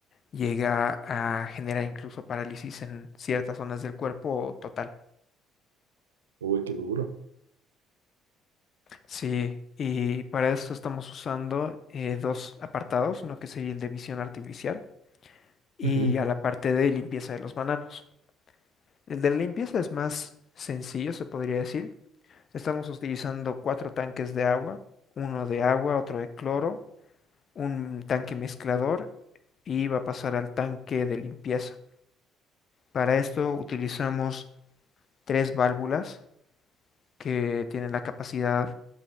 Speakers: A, on the left (about 45°); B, on the right (about 80°).
A: llega a generar incluso parálisis en ciertas zonas del cuerpo o total.
B: Uy, qué duro.
A: Sí. Y para esto estamos usando eh, dos apartados, uno que sería el de visión artificial y
B: Ujú.
A: a la parte de limpieza de los bananos. El de la limpieza es más sencillo, se podría decir. Estamos utilizando cuatro tanques de agua, uno de agua, otro de cloro, un tanque mezclador y va a pasar al tanque de limpieza. Para esto utilizamos tres válvulas que tienen la capacidad